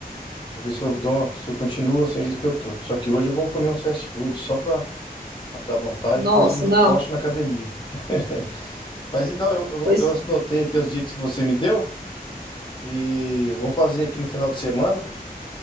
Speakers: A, on the left; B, on the right.
A: Vou ver se eu dou, se eu continuo assim do jeito que eu tô. Só que hoje eu vou comer uns fast food só pra matar a vontade,
B: Nossa,
A: depois eu
B: não.
A: cocho na academia. <laughs> Mas então, eu, eu,
B: Pois,
A: eu anotei aqui os dias que você me deu e vou fazer aqui no final de semana.